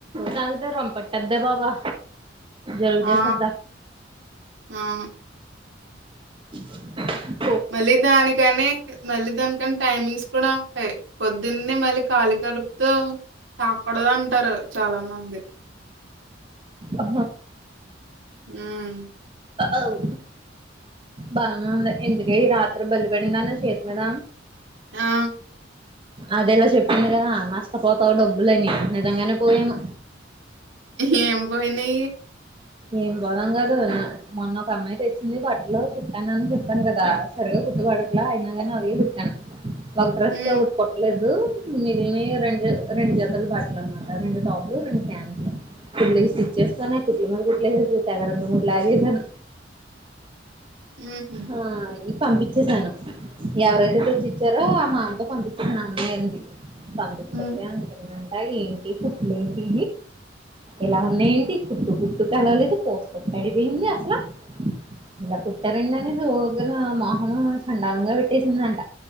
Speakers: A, on the right; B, on the right.
A: తగతే రొంపట్టద్ద బాబా జలుబు
B: ఆ
A: చేసేద్దా
B: ఆ
A: ఎమ్మో
B: మళ్ళీ దానికని మళ్ళీ దానికని టైమింగ్స్ కూడా ఉంటాయి పొద్దున్నే మళ్ళీ కాలీ కడుపుతో తాకూడదు అంటారు చాలా మంది
A: అ
B: హ్మ్.
A: అవు బాగా ఉంది ఎందుక రాత్రి బయలిపెడిందాన్న చేతి మీద
B: ఆ
A: అదేలా చెప్పిందిరా నష్టపోతావు డబ్బులని నిజంగానే పోయాము
B: ఏం పోయినా
A: ఏం పోదాం కాదు మొన్న ఒక అమ్మాయి తెచ్చింది బట్టలో కుట్టానని చెప్పాను కదా సరిగా కుట్టాను ప అయిక అదిగే కట్ట ఒక డ్రస్ట్టలే
B: హ్మ్.
A: మిగిలి రెం రెండు జతలు బట్టలు అనమాట రెండు టాప్లు రెండు ప్యాంట్లు స్చ్చ చేస్తాన్నా కు మ కులాగా ర మూడు లాగసను
B: హుహు.
A: ఆ ఇ పంపించసాను ఎవరైతే
B: హ్మ్.
A: తెచ్చిచ్చారో ఆ మా అంత పంపించండి పంపిన్చట్ట
B: హ్మ్.
A: అ అగలే ఇంటి కుప్పలే ఇంటి ఎలా ఉన్నాయింటి కుట్టు గుట్టు కలవలేదు పోసుకుట్ అడిపోయింది అసలా ఇలా కుట్టనడినే రోగన మోహం చండాలంగా పెట్టేసిందంట